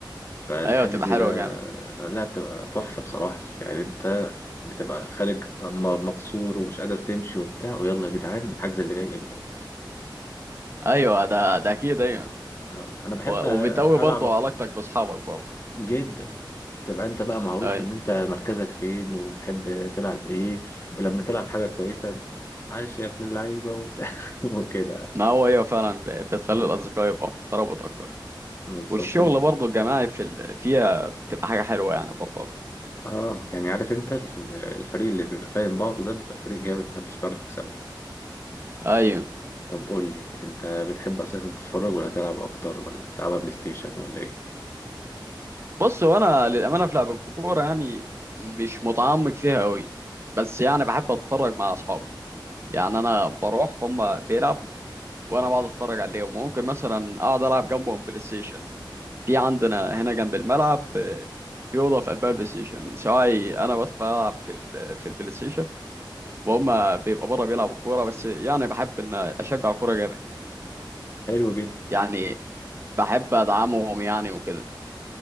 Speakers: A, on the left; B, on the right.
A: فالحجز
B: ايوه تبقى حلوة
A: ده
B: جامد
A: لا بتبقى تحفة بصراحة يعني انت بتبقى خارج م- مكسور ومش قادر تمشي وبتاع ويلا يا جدعان الحجز اللي جاي امتى
B: ايوه ده ده اكيد ايوه
A: آه، انا بحب
B: و-
A: آه،
B: وبتقوي برضه
A: العب اكتر
B: علاقتك باصحابك برضه
A: جدا تبقى انت بقى معروف
B: اي
A: ان انت مركزك فين وبتحب تلعب ايه ولما تلعب حاجة كويسة عاش يا ابن اللعيبة وبتاع <laughs> وكده
B: ما هو هي فعلا ب- بتخلي
A: آه،
B: الأصدقاء يبقى في ترابط أكتر
A: بالظبط
B: والشغل
A: انت
B: برضه الجماعي في ال... فيها بتبقى حاجة حلوة يعني برضه أكتر
A: اه يعني عارف انت ال- الفريق اللي بيبقى فاهم بعضه ده بيبقى فريق جامد محدش بيعرف يكسبه
B: أيوة
A: طب قول لي انت بتحب اساسا تتفرج ولا تلعب اكتر ولا بتلعبها بلاي ستيشن ولا ايه
B: بص هو أنا للأمانة في لعب الكورة يعني مش متعمق فيها أوي بس يعني بحب أتفرج مع أصحابي يعني أنا بروح هما بيلعبوا وأنا بقعد أتفرج عليهم وممكن مثلا أقعد ألعب جنبهم بلاي ستيشن في عندنا هنا جنب الملعب آه، في أوضة في قلبها البلاي ستيشن سواء أنا بدخل ألعب في ال... في البلاي ستيشن وهم بيبقى بره بيلعبوا كوره بس يعني بحب ان اشجع كوره جامد
A: حلو جدا
B: يعني بحب ادعمهم يعني وكده